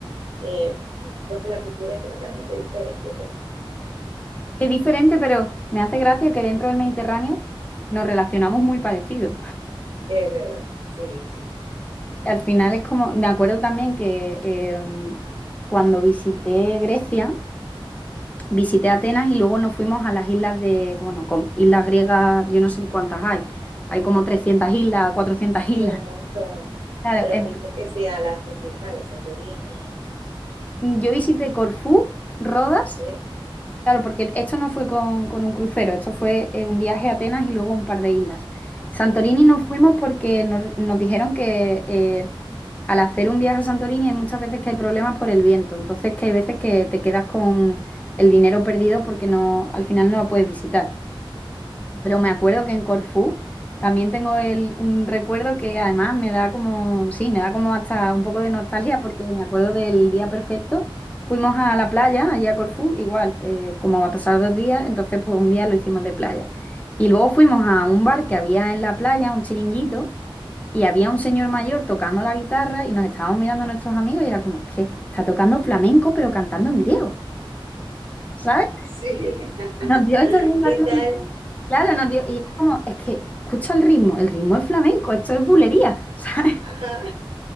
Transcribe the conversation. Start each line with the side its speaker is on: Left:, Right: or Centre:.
Right: eh, porque la cultura es totalmente diferente también.
Left: Es diferente, pero me hace gracia que dentro del Mediterráneo nos relacionamos muy parecidos.
Right: Es verdad, sí, sí, sí.
Left: Al final es como, me acuerdo también que em, cuando visité Grecia. Visité Atenas y luego nos fuimos a las islas de, bueno, con islas griegas, yo no sé cuántas hay. Hay como 300 islas, 400 islas.
Right: Sí, un montón.
Left: Claro,
Right: Pero
Left: eh,
Right: fuiste que sí a las principales, Santorini.
Left: yo visité Corfú, Rodas,
Right: Ok,
Left: claro, porque esto no fue con, con un crucero, esto fue eh, un viaje a Atenas y luego un par de islas. Santorini
Right: ok.
Left: nos fuimos porque nos, nos dijeron que eh, al hacer un viaje a Santorini hay muchas veces que hay problemas por el viento, entonces que hay veces que te quedas con el dinero perdido porque no, al final no la puedes visitar. Pero me acuerdo que en Corfú también tengo el- un recuerdo que además me da como, sí, me da como hasta un poco de nostalgia porque me acuerdo del día perfecto. Fuimos a la playa, allí a Corfú, igual, eh, como va a pasar dos días, entonces pues un día lo hicimos de playa. Y luego fuimos a un bar que había en la playa, un chiringuito, y había un señor mayor tocando la guitarra y nos estábamos mirando a nuestros amigos y era como, es que está tocando flamenco pero cantando en griego, ¿sabes?
Right: Sí, <laughs>
Left: Nos dio esta sensación
Right: ¿Qué tal?
Left: Claro, nos dio, y era como, es que escucha el ritmo, el ritmo es flamenco, esto es bulería, <laughs> ¿sabes?
Right: Ajá.